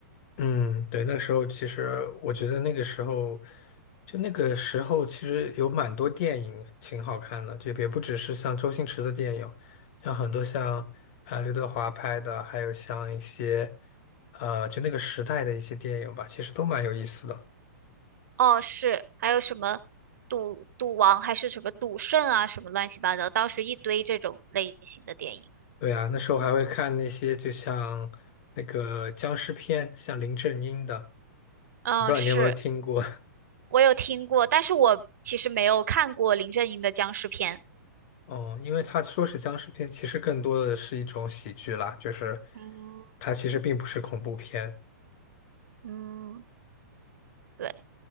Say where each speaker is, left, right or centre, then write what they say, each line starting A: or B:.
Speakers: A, on the left; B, on the right.
A: 嗯，对，那时候其实我觉得那个时候，就那个时候其实有蛮多电影挺好看的，就也不只是像周星驰的电影，像很多像啊刘德华拍的，还有像一些呃就那个时代的一些电影吧，其实都蛮有意思的。
B: 哦，是，还有什么赌赌王还是什么赌圣啊，什么乱七八糟，当时一堆这种类型的电影。
A: 对啊，那时候还会看那些就像那个僵尸片，像林正英的，
B: 嗯，
A: 我不知道你有没有听过。
B: 是，
A: <laughs>
B: 我有听过，但是我其实没有看过林正英的僵尸片。
A: 哦，因为他说是僵尸片，其实更多的是一种喜剧啦，就是。
B: 嗯
A: 它其实并不是恐怖片。
B: 嗯，对，